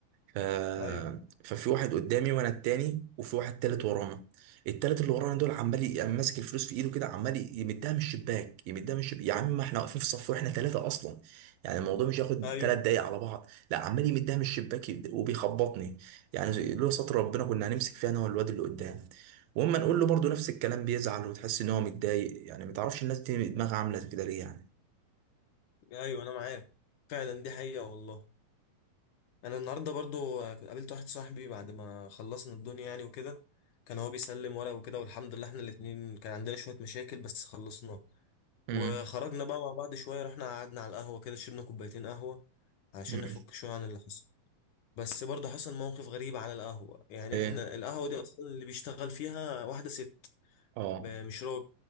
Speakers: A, on the right; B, on the left.
A: ف...
B: ايوه
A: ففي واحد قدامي وانا التاني وفي واحد تالت ورانا التالت اللي ورانا دول عمال ي- قام ماسك الفلوس في ايده كده عمال ي- يمدها من الشباك يمدها من الشباك يا عم ما احنا واقفين في صف واحنا ثلاثة اصلا يعني الموضوع مش هياخد
B: ايوه
A: ثلاث دقايق على بعض لا عمال يمدها من الشباك ي- وبيخبطني يعني زي- لولا ستر ربنا كنا هنمسك فيها انا والواد اللي قدام واما نقول له برضه نفس الكلام بيزعل وتحس ان هو متضايق يعني ما تعرفش الناس دي دماغها عامله كده ليه يعني
B: ايوه انا معاك فعلا دي حقيقه والله انا النهارده برضو آه، قابلت واحد صاحبي بعد ما خلصنا الدنيا يعني وكده كان هو بيسلم ورق وكده والحمد لله احنا الاتنين كان عندنا شويه مشاكل بس خلصناها
A: امم
B: وخرجنا بقى مع بعض شوية رحنا قعدنا على القهوة كده شربنا كوبايتين قهوة علشان
A: امم
B: نفك شوية عن اللي حصل بس برضه حصل موقف غريب على القهوة يعني
A: ايه
B: احنا القهوة دي أصلا اللي بيشتغل فيها واحدة ست
A: اه
B: ب- مش راجل